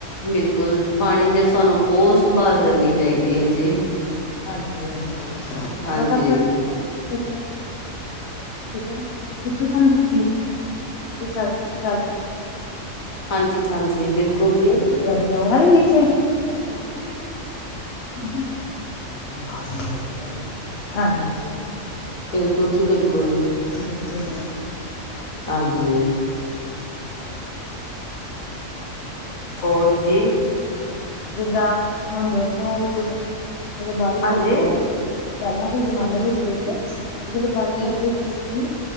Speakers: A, on the left; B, on the left.
A: ਬਿਲਕੁਲ ਪਾਣੀ ਚ ਸਾਨੂੰ ਬਹੁਤ ਸੰਭਾਲ ਕਰਨੀ ਚਾਹੀਦੀ ਏ ਜੀ।
B: ਹਾਂਜੀ। <unintelligible>
A: ਹਾਂਜੀ,
B: ਕਿੱਥੇ ਤੁਹਾਨੂੰ ਡੀ <unintelligible> ਚੱਲ ਜ
A: ਹਾਂਜੀ- ਹਾਂਜੀ ਬਿਲਕੁਲ ਜੀ।
B: <unintelligible> ਹੀ ਨੀਚੇ <unintelligible> <unintelligible> ਹਾਂਜੀ।
A: ਬਿਲਕੁਲ -ਜੀ ਬਿਲਕੁਲ
B: ਬਿਲਕੁਲ
A: ਹਾਂਜੀ।
B: <inaudible>
A: ਹੋਰ ਜੀ।
B: ਜਿੱਦਾਂ ਹੁਣ ਦੇਖੋ ਤੁਸੀਂ ਜਦੋਂ ਬਾਰਿਸ਼
A: ਹਾਂਜੀ।
B: ਆਦੀ ਆ। ਪਹਿਲਾਂ ਦੇ ਜ਼ਮਾਨੇ ਵਿੱਚ ਦੇਖਿਆ ਸੀ ਜਦੋਂ ਬਾਰਿਸ਼
A: ਕੀ,
B: ਆਦੀ ਹੁੰਦੀ ਸੀਗੀ